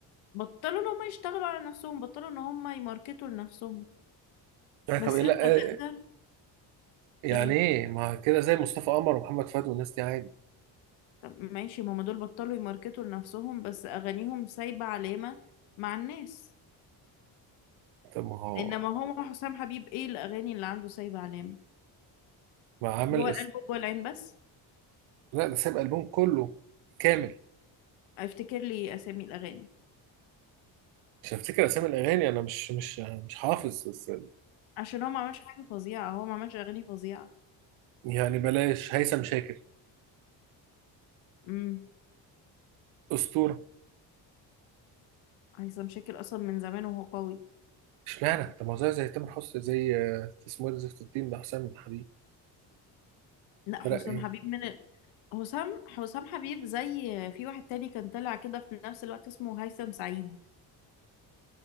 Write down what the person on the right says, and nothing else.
اي
طب ايه لا
آه، يعني
ايه ما كده زي مصطفى قمر ومحمد فؤاد والناس دي عادي
طب ما هو
ما عامل
اس...
لا ده ساب البوم كله كامل
مش هفتكر اسامي الاغاني انا مش مش مش حافظ بس
يعني بلاش هيثم شاكر
اسطوره
اشمعنى طب ما هو زي زي تامر حسني زي آه، اسمه إيه ده زفت الدين ده حسام حبيب
فرق
ايه